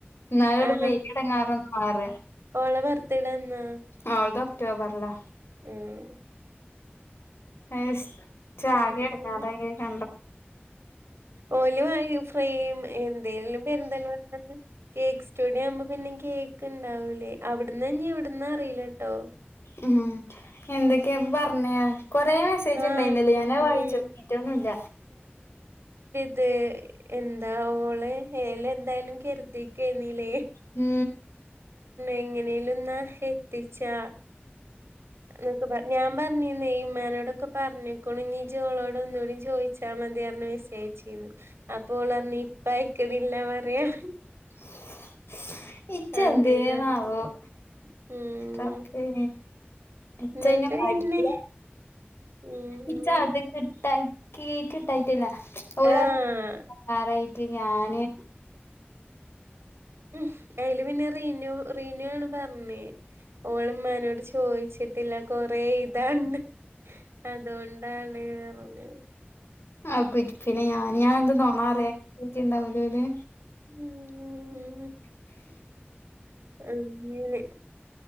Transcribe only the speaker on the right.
ആ
ഓളെ ബർത്ത്ഡേ എന്നാ
ഉം
ആ,
അങ്ങനെ.
ഓല് വ ഫ്രെയിം എന്തെിലും പെരുന്തൽ മണ കേക്ക് സ്റ്റുഡിയോ ആവുമ്പോ പിന്നെ കേക്ക് ഉണ്ടാവൂലേ അവിടന്ന ഇവിടന്ന അറിയിലട്ടോ
ആ
ഉം
അത് എന്താ ഓള് യെലെ എന്തായാലും കരുതിക്കെന്നില്ലേ
എങ്ങനെലുംന്നാ എത്തിച്ചാ നക്ക് പറ ഞാൻ പറഞ്ഞീനെ ഇമ്മാനോടെ ക്കെ പറഞ്ഞ്ക്ക്ണു ഇനി ഇച്ച് ഓളോട് ഒന്നുടിം ചോദിച്ചാൽ മതി പറഞ്ഞ് മെസ്സച്ചയച്ചീന്നു അപ്പോൾ ഓൾ പറഞ്ഞ് ഇപ്പ അയിക്കണില്ല പറയാണ്
അങ്ങനെ പറഞ്ഞു ഉം
എന്നിട്ട് പിന്നെ
ഉം
ആഹ്
ഉം അയില് പിന്നെ റീനു റീനു ആണ് പറഞ്ഞേ ഓളമാനോട് ചോദിച്ചിട്ടില്ല കൊറേ എഴുതണ്ട് അതോകൊണ്ടാണ് പറഞ്ഞു
ഉം അങ്ങനെ